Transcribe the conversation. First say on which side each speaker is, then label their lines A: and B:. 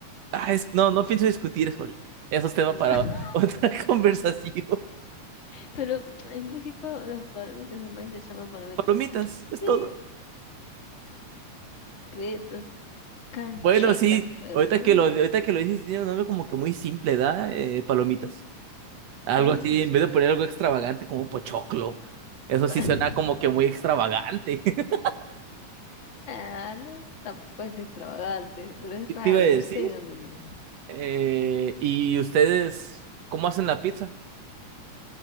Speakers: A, on the right; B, on the left.
A: Ah, es- no, no pienso discutir eso ahorita. Eso es tema
B: no.
A: para
B: <laughs>
A: otra <laughs> conversación.
B: Pero en México las palomitas de maíz se llaman palomitas.
A: Palomitas,
B: Sí,
A: es todo.
B: crispetas, canchitas
A: Bueno, sí,
B: en Perú,
A: ahorita que lo, ahorita que lo dices, tiene un nombre como que muy simple, ¿da? Eh, palomitas. Algo
B: palomitas.
A: así, en vez de poner algo extravagante como pochoclo. Eso
B: <laughs>
A: sí suena como que muy extravagante. <laughs>
B: Ah, no, tampoco es extravagante, pero es
A: ¿Qué
B: raro,
A: te iba a decir?
B: no sé de dónde viene.
A: Eh, ¿y ustedes cómo hacen la pizza?